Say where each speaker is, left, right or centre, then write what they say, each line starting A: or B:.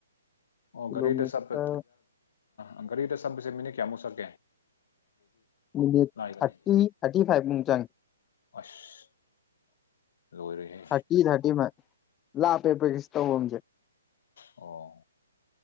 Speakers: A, on the left; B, on the left.
A: ꯑꯣ
B: ꯀꯤꯂꯣꯃꯤꯇꯔ
A: ꯒꯔꯤꯗ ꯆꯠꯄ ꯑ ꯒꯥꯔꯤꯗ ꯆꯝꯕꯄꯁꯦ ꯃꯤꯅ ꯀꯌꯥꯃꯨꯛ ꯁꯠ
B: ꯊꯥꯔꯇꯤ
A: ꯂꯥꯏꯕꯅꯦ
B: ꯊꯥꯔꯇꯤ ꯐꯥꯏꯚ ꯃꯨꯛ ꯆꯪꯑ
A: ꯑꯁ ꯂꯣꯏꯔꯦꯍꯦ
B: ꯊꯔꯇꯤ ꯊꯔꯇꯤ ꯂ ꯄꯦ ꯄꯦꯁ ꯇꯧꯧꯕꯣꯦ
A: ꯑꯣ